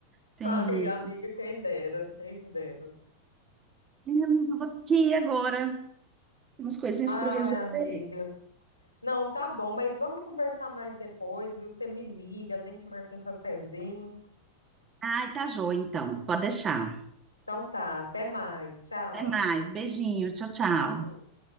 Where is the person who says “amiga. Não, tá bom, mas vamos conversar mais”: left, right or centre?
Left